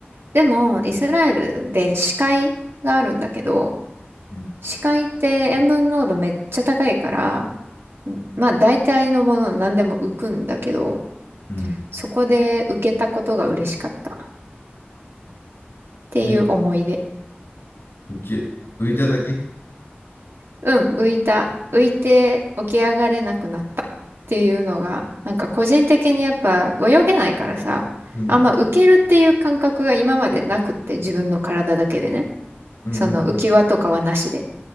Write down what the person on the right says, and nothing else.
でも、イスラエルで死海があるんだけど、
死海って塩分濃度めっちゃ高いから、まあ大体のもの何でも浮くんだけど、
そこで浮けたことが嬉しかったっていう思い出。
うん、浮いた。浮いて起き上がれなくなったっていうのが、なんか個人的にやっぱ泳げないからさ、
あんま浮けるっていう感覚が今までなくって自分の体だけでね。
その浮き輪とかはなしで。